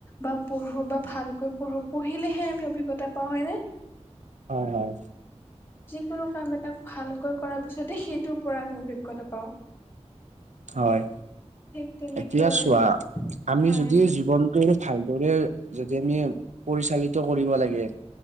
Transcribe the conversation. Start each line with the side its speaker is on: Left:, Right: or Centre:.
Left: বা পঢ়ো বা ভালকৈ পঢ়ো পঢ়িলেহে আমি অভিজ্ঞতা পাওঁ হয়নে।
Right: হয় হয়।
Left: যিকোনো কাম এটাক ভালকৈ কৰাৰ পিছতে সেইটোৰ পৰা আমি অভিজ্ঞতা পাওঁ।
Right: হয়,
Left: ঠিক তেনেকৈ
Right: এতিয়া
Left: আৰু
Right: চোৱা আমি
Left: হয়
Right: যদি জীৱনটো ভালদৰে যদি আমি পৰিচালিত কৰিব লাগে।